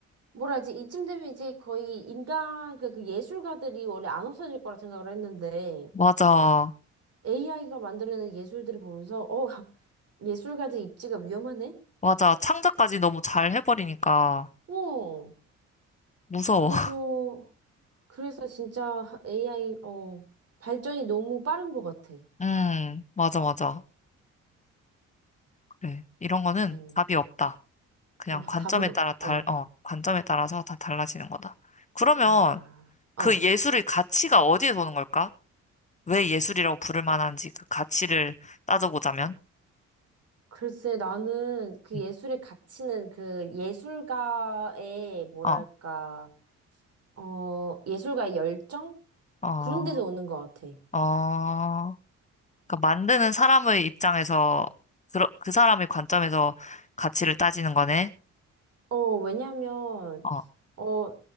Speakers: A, on the right; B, on the left.
A: 뭐라 하지? 이쯤 되면 이제 거의 인간, 그, 그 예술가들이 원래 안 없어질 거라 생각을 했는데
B: 맞아,
A: AI가 만들어 예술들을 보면서 어, <laughs> 예술가들 입지가 위험하네?
B: 맞아. 창작까지 너무 잘 해버리니까
A: 어,
B: 무서워.
A: 그래서,
B: <laughs>
A: 그래서 진짜 AI, 어, 발전이 너무 빠른 것 같아.
B: 음, 맞아, 맞아. 그래. 이런 거는
A: 어,
B: 답이 없다. 그냥
A: 와,
B: 관점에
A: 답은 없,
B: 따라 달,
A: 어,
B: 어, 관점에 따라서 다 달라지는 거다. 그러면
A: 아, 어.
B: 그 예술의 가치가 어디에서 오는 걸까? 왜 예술이라고 부를 만한지 그 가치를 따져보자면,
A: 글쎄, 나는 그
B: 음.
A: 예술의 가치는 그 예술가의, 뭐랄까,
B: 어,
A: 어, 예술가의 열정?
B: 어,
A: 그런 데서 오는 것 같아.
B: 어, 그러니까 만드는 사람의 입장에서 그, 그 사람의 관점에서 가치를 따지는 거네.
A: 어, 왜냐면,
B: 어,
A: 어,